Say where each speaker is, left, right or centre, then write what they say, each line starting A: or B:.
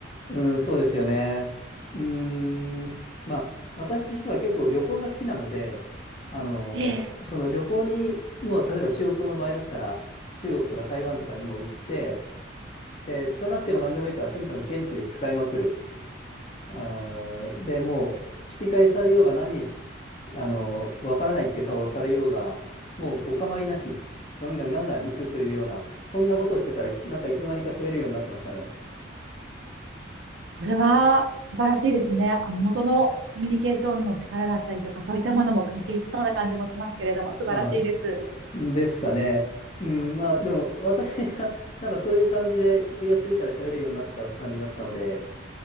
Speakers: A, on the left; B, on the right.
A: うん、そうですよね。うーん、まあ、私としては結構旅行が好きなので、あのその旅行に、
B: ええ
A: もう例えば中国の場合だったら、中国とか台湾とかにも行って、で、拙なくても何でもいいから、とにかく現地で使いまくる。あーで、もう、聞き返されようが何し、あの、わからないって顔をされようが、もうお構いなし、ガンガンガンガン行くというような、そんなことをしてたら、なんかいつの間にか喋るようになってましたね。
B: これは素晴らしいですね。あの、元のコミュニケーションの力だったりとか、そういったものも関係しそうな感じもしますけれども、素晴らしいです。
A: あ、ですかね。うん、まあ、でも、私が、なんかそういう感じで気がついたら喋るようになってた感じだったので、